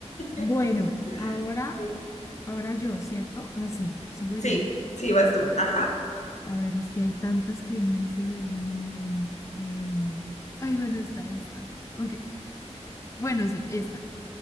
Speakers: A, on the left; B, on the left.
A: Bueno,
B: <laughs>
A: ahora,
B: No.
A: ahora yo, ¿cierto? Así, sigo
B: Sí,
A: yo.
B: sí, vas tú. Ajá.
A: A ver, es que hay tantas que uno dice, Dios mío. eh, Ay, bueno, está esta. Aunque, bueno, sí, esta.